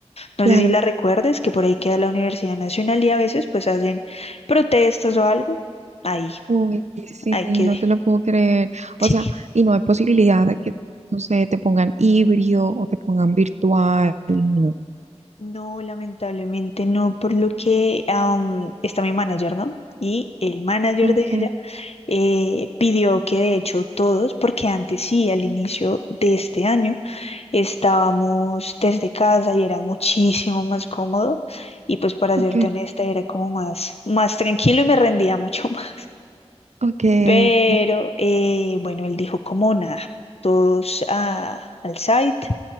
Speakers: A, on the left; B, on the right.
A: No
B: Claro.
A: sé si la recuerdes, que por ahí queda la Universidad Nacional y a veces pues hacen protestas o algo. Ahí,
B: Uy, sí,
A: ahí quedé.
B: no te lo puedo creer.
A: Sí.
B: O sea, y no hay posibilidad de que, no sé, te pongan híbrido o te pongan virtual. No.
A: No, lamentablemente no, por lo que am, está mi manager, ¿no? Y el manager
B: Okay,
A: de ella eh, pidió que de hecho todos, porque antes sí, al inicio de este año, estábamos desde casa y era muchísimo más cómodo. Y pues para
B: okay,
A: serte honesta, era como más, más tranquilo y me rendía mucho <laughs> más.
B: okay.
A: Pero eh, bueno, él dijo como nada, todos a- al site